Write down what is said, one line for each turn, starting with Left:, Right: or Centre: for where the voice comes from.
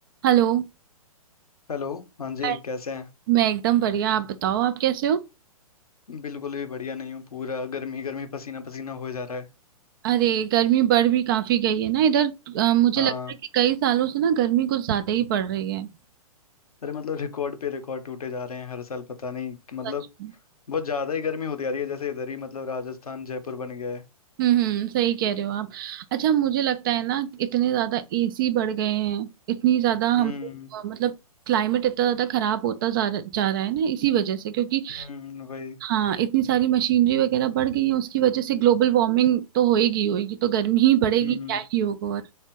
Right: हेलो
Left: Hello हाँ जी
Right: हाय।
Left: कैसे
Right: मैं एकदम बढ़िया आप बताओ आप कैसे हो
Left: हैं बिल्कुल भी बढ़िया नहीं हूँ पूरा गर्मी गर्मी पसीना पसीना हो जा रहा है
Right: अरे गर्मी बढ़ भी काफी गई है ना इधर अ, मुझे
Left: हाँ
Right: लगता है कि कई सालों से ना गर्मी कुछ ज्यादा ही पड़ रही है
Left: अरे मतलब रिकॉर्ड पे रिकॉर्ड टूटे जा रहे हैं हर साल पता नहीं कि मतलब
Right: सच में
Left: बहुत ज़्यादा ही गर्मी होती जा रही है जैसे इधर ही मतलब राजस्थान जयपुर बन गया है
Right: हम्म हम्म सही कह रहे हो आप अच्छा मुझे लगता है ना इतने ज्यादा एसी बढ़ गए हैं इतनी ज्यादा हम
Left: हम्म
Right: अ, मतलब क्लाइमेट इतना ज्यादा खराब होता जा रहा जा रहा है ना इसी वजह से क्योंकि
Left: हम्म वही
Right: हाँ इतनी सारी मशीनरी वगैरह बढ़ गई है उसकी वजह से ग्लोबल वार्मिंग तो होएगी ही होएगी तो गर्मी ही बढ़ेगी
Left: हम्म
Right: क्या ही होगा और